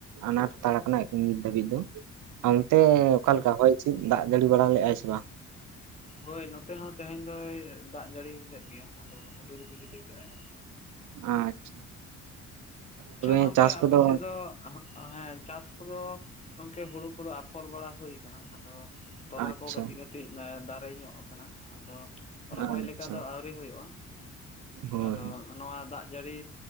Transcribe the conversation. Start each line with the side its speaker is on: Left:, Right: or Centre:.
Right: ᱟᱱᱟᱴ ᱦᱟᱛᱟᱲ ᱠᱚᱱᱟ ᱱᱤᱛ ᱫᱷᱟᱹᱵᱤᱡ ᱫᱚ᱾ ᱟᱨ ᱚᱱᱛᱮ ᱚᱠᱟᱞᱮᱠᱟ ᱦᱚᱭ ᱦᱤᱥᱤᱫ ᱫᱟᱜ ᱡᱟᱹᱲᱤ ᱵᱟᱲᱟ ᱞᱮᱼᱟᱭ ᱥᱮ ᱵᱟᱝ?
Left: ᱦᱳᱭ ᱱᱚᱛᱮ ᱦᱚᱸ ᱛᱮᱦᱮᱧ ᱫᱚᱭ ᱫᱟᱜ ᱡᱟᱹᱲᱤ ᱞᱮᱫ ᱜᱮᱭᱟ ᱟᱫᱚ ᱦᱩᱰᱩᱨ ᱵᱤᱡᱽᱞᱤ ᱠᱮᱫᱼᱟᱭ᱾
Right: ᱟᱪᱪᱷᱟ᱾
Left: ᱟᱪᱪᱷᱟ
Right: ᱛᱚᱵᱮ
Left: ᱜᱚᱝᱠᱮ
Right: ᱪᱟᱥ ᱠᱚᱫᱚ
Left: ᱟᱯᱮ ᱥᱮᱫ ᱫᱚ ᱚᱦᱚᱸᱜ ᱦᱮᱸ ᱪᱟᱥ ᱠᱚᱫᱚ ᱚᱱᱛᱮ ᱦᱩᱲᱩ ᱠᱚᱫᱚ ᱟᱯᱷᱚᱨ ᱵᱟᱲᱟ ᱦᱩᱭ ᱠᱟᱱᱟ ᱟᱫᱚ ᱛᱚᱞᱟ
Right: ᱟᱪᱪᱷᱟ
Left: ᱠᱚ ᱠᱟᱹᱴᱤᱡ ᱠᱟᱹᱴᱤᱡ ᱫᱟᱨᱮ ᱧᱚᱜ ᱟᱠᱟᱱᱟ ᱟᱫᱚ ᱨᱚᱦᱚᱭ
Right: ᱟᱪᱪᱷᱟ
Left: ᱞᱮᱠᱟ ᱫᱚ ᱟᱣ ᱟᱹᱣᱨᱤ ᱦᱩᱭᱩᱜᱼᱟ᱾
Right: ᱦᱳᱭ
Left: ᱟᱫᱚ ᱱᱚᱣᱟ ᱫᱟᱜ ᱡᱟᱹᱲᱤ